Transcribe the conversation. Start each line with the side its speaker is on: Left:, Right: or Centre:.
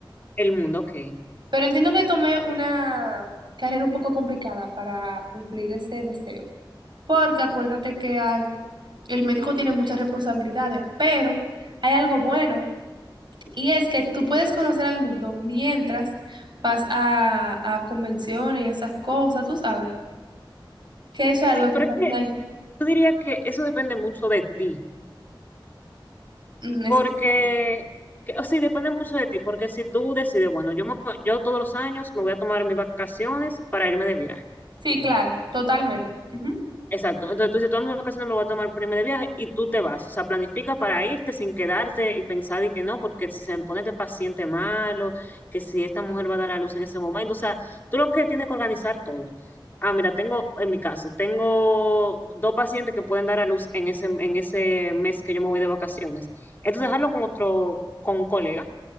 Left: el mundo, ok.
Right: Pero entiendo que tomé una carrera un poco complicada para cumplir ese deseo. Porque acuérdate que al- el médico tiene muchas responsabilidades, pero hay algo bueno. Y es que tú puedes conocer al mundo mientras vas a, a convenciones y esas cosas, tú sabes, que eso es algo
Left: Sí,
Right: que
Left: pero
Right: quizás
Left: es que
Right: me ay-
Left: yo diría que eso depende mucho de ti.
Right: mm, Explícame.
Left: Porque, que- o sí depende mucho de ti, porque si tú decides, bueno, yo, me- yo todos los años me voy a tomar mis vacaciones para irme de viaje.
Right: Sí, claro, totalmente. Ujú.
Left: Exacto. Entonces tú dices, todas mis vacaciones me voy a tomar para irme de viaje y tú te vas. O sea, planifica para irte sin quedarte y pensar y que no, porque si se me pone este paciente malo, que si esta mujer va a dar a luz en ese momento. O sea, tú lo que tienes que organizar todo. Ah, mira, tengo, en mi caso, tengo dos pacientes que pueden dar a luz en ese, en ese mes que yo me voy de vacaciones. Entonces, dejarlo con otro, con un colega